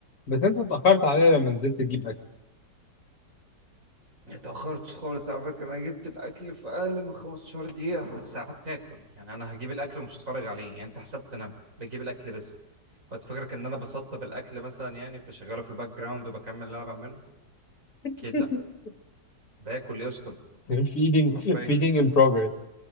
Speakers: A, on the left; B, on the right.
A: بس انت اتأخرت عليا لما نزلت تجيب اكل
B: اتأخرتش خالص على فكرة أنا جبت الأكل في أقل من 15 دقيقة بس قعدت آكل يعني أنا هجيب الأكل ومش هتفرج عليه يعني أنت حسبت أنا بجيب الأكل بس كنت فاكرك إن أنا بسطب الأكل مثلا يعني بشغله في الباك جراوند وبكمل اللي أنا بعمله أكيد
A: <laughs>
B: لأ باكل يا اسطى
A: feeding
B: حرفيا
A: feeding in progress